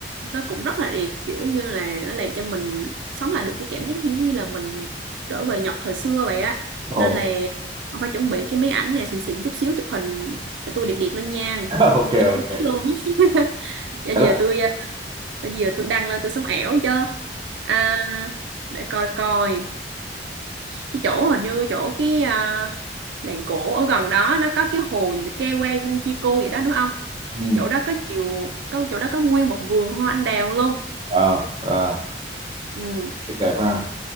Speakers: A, on the right; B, on the right.
A: nó cũng rất là đẹp kiểu như là nó làm cho mình sống lại được cái cảm giác như- giống như là mình trở về Nhật thời xưa vậy á
B: Ồ.
A: nên là ông phải chuẩn bị cái máy ảnh này xịn xịn chút xíu chụp hình để tôi đẹp đẹp lên nha
B: <laughs> ok ok
A: chụp cái máy luôn <laughs> bây
B: Thế
A: giờ
B: là
A: tôi bây giờ tôi đăng lên tôi sống ảo chứ à, để coi coi cái chỗ hình như chỗ cái à, làng cổ ở gần đó nó có cái hồ gì bị ke que Guchico vậy đó đúng không
B: ừ.
A: chỗ đó có nhiều có chỗ đó có nguyên một vườn hoa anh đào luôn
B: wow wow
A: ừ,
B: Rất đẹp ha